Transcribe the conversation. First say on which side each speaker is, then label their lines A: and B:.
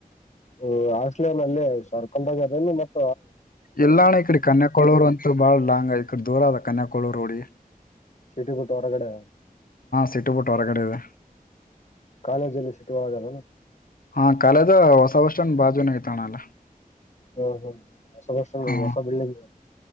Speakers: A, on the left (about 50°); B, on the left (about 70°).
A: ಹ ಆಸ್ಟಲಲ್ಲಿ <unintelligible> ಸರ್ಕಲ್ <unintelligible> ಅದ ಮತ್
B: ಎಲ್ಲಾಣ ಇ ಕಡೆ ಕನ್ಯಾಕೊಳವರು ಅಂತೂ ಬಾಳ ಲಾಂಗ್ ಆಯ್ತತಿ ಈಕಡೆ ದೂರದ ಕನ್ಯಾಕೋಲೂರ್ ರೋಢಿಗಿ
A: ಸಿಟಿ ಬಿಟ್ ಹೊರಗಡೆ
B: ಸಿಟಿ ಬಿಟ್ಟು ಹೊರಗಡೆ ಇದೆ
A: ಕಾಲ ಜಲ್ಲ ಶಟವಳಲ್ಲ
B: ಹಾ ಕಾಲೆದ ಹೊಸ ವರ್ಷಂನ ಬಾಜುನ ಐತಣ ಅಲ್ಲ
A: ಹ್ಮ್ ಹ್ಮ್ ಹೊಸ ಬಸ್ ಸ್ಟ್ಯಾಂಡ್
B: ಹ
A: ಹೊಸ ಬಿಲ್ಡಿಂಗ್